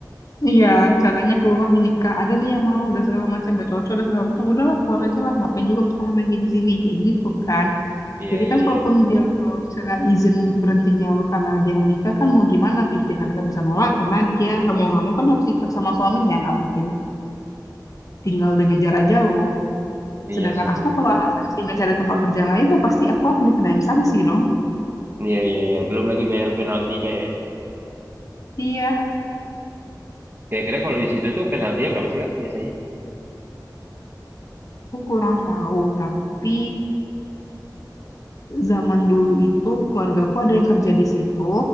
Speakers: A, on the left (about 50°); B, on the right (about 30°).
A: Iya, caranya keluar menikah. Ada nih yang mau, udah segala macam, udah cocok, udah segala macam. Udahlah, keluar aja lah. Ngapain juga bertahan lagi di sini, kayak gitu kan.
B: Iya
A: Jadi
B: iya
A: kan kalaupun
B: iya,
A: dia kalau misalnya izin berhentinya karena dia menikah kan mau gimana pimpinan nggak bisa nolak karena dia nggak mau nggak mau kan harus ikut sama suaminya nggak mungkin tinggal dengan jarak jauh.
B: iya
A: Sedangkan
B: sih.
A: aku kalau alasan pindah cari tempat kerja lain ya pasti aku akan dikenain sanksi dong.
B: Iya iya iya, belum lagi bayar penaltinya ya.
A: Iya,
B: Kira-kira kalau di situ tuh penaltinya berapa sih kak biasanya?
A: Aku kurang tahu, tapi zaman dulu itu keluargaku ada yang kerja di situ,